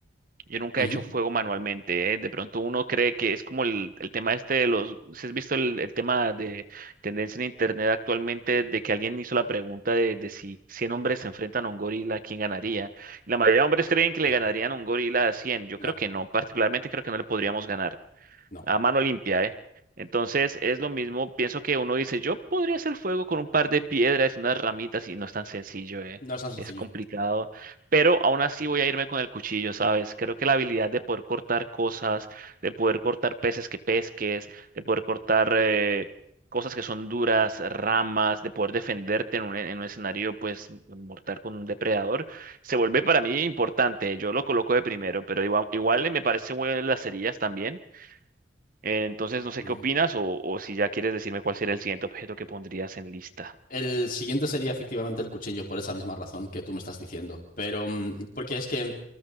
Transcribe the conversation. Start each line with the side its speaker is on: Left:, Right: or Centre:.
Right: Yo nunca
Left: Ujú.
Right: he hecho fuego manualmente, ¿eh? De pronto uno cree que es como el, el tema este de los... Si has visto el, el tema de tendencia en internet actualmente de que alguien hizo la pregunta de, de si 100 hombres se enfrentan a un gorila, ¿quién ganaría? La mayoría de hombres creen que le
Left: Sí.
Right: ganarían a un gorila a 100. Yo
Left: No,
Right: creo que no, particularmente creo que no le podríamos ganar
Left: no.
Right: a mano limpia, ¿eh? Entonces es lo mismo, pienso que uno dice, yo podría hacer fuego con un par de piedras y unas ramitas y no es tan sencillo, ¿eh?
Left: No es tan sencillo.
Right: Es complicado, pero aún así voy a irme con el cuchillo, ¿sabes? Creo que la habilidad de poder cortar cosas, de poder cortar peces que pesques, de poder cortar eh, cosas que son duras, ramas, de poder defenderte en un, en un escenario, pues, mortal con un depredador, se vuelve para mí importante. Yo lo coloco de primero, pero igual, igual me parece bueno las cerillas también eh, Entonces, no sé
Left: Ujú.
Right: qué opinas o, o si ya quieres decirme cuál sería el siguiente objeto que pondrías en lista.
Left: El siguiente sería efectivamente el cuchillo, por esa misma razón que tú me estás diciendo. Pero, mm, porque es que,